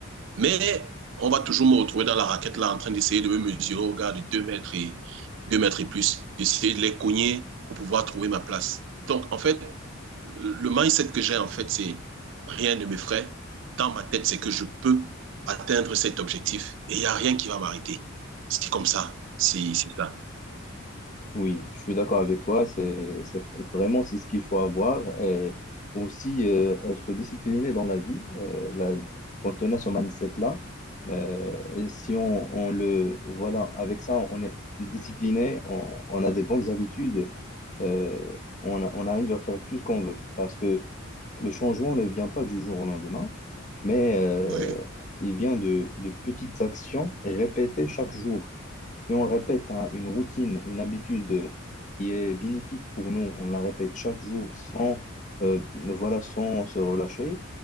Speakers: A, on the right; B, on the left.
A: mais on va toujours me retrouver dans la raquette là en train d'essayer de me mesurer au gars de 2 mètres et 2 mètres et plus, d'essayer de les cogner pour pouvoir trouver ma place. Donc en fait, le mindset que j'ai en fait, c'est rien ne m'effraie. Dans ma tête, c'est que je peux atteindre cet objectif et il n'y a rien qui va m'arrêter. C'est comme ça, c'est ça.
B: Oui, je suis d'accord avec toi. C'est, c'est vraiment c'est ce qu'il faut avoir et aussi euh, être discipliné dans la vie. Euh, la- quand on a ce mindset-là, euh, et si on, on le voilà avec ça, on est discipliné, on, on a des bonnes habitudes, euh, on, a- on arrive à faire tout ce qu'on veut parce que le changement ne vient pas du jour au lendemain, mais euh,
A: Oui,
B: il vient de, de petites actions répétées chaque jour. Si on répète un- une routine, une habitude euh, qui est bénéfique pour nous, on la répète chaque jour sans, euh, voilà, sans se relâcher,